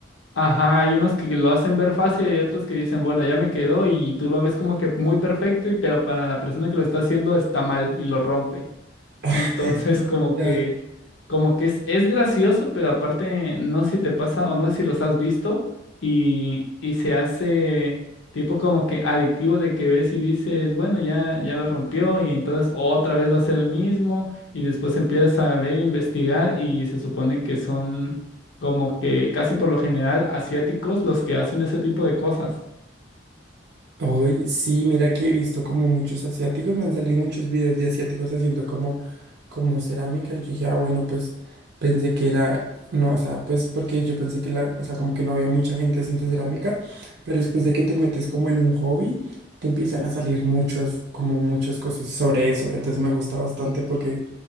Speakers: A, on the left (about 90°); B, on the right (about 60°).
A: Ajá, hay unos que lo hacen ver fácil y otros que dicen, bueno, ya me quedó y tú lo ves como que muy perfecto, y pero para la persona que lo está haciendo está mal y lo rompe.
B: <laughs>
A: Entonces, como
B: Ya,
A: que, como que es, es gracioso, pero aparte, no sé si te pasa o no sé si los has visto y, y se hace tipo como que adictivo de que ves y dices, bueno, ya, ya lo rompió y entonces otra vez va a ser el mismo y después empiezas a ver, investigar y se supone que son como que casi por lo general asiáticos los que hacen ese tipo de cosas.
B: Hoy sí, mira que he visto como muchos asiáticos, me han salido muchos videos de asiáticos haciendo como, como cerámica y yo dije, ah, bueno, pues pensé que era, no, o sea, pues porque yo pensé que la, o sea, como que no había mucha gente haciendo cerámica, pero después de que te metes como en un hobby, te empiezan a salir muchas, como muchas cosas sobre eso, entonces me gusta bastante porque